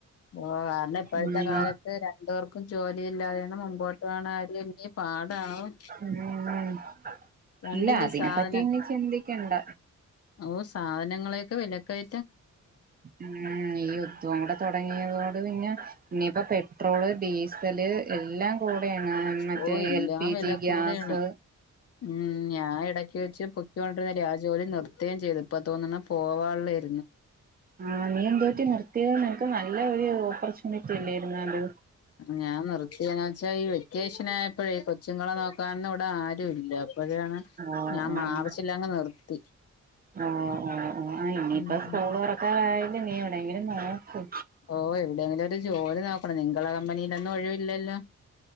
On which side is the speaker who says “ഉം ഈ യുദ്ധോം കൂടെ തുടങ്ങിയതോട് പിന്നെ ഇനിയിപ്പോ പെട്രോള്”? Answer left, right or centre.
Right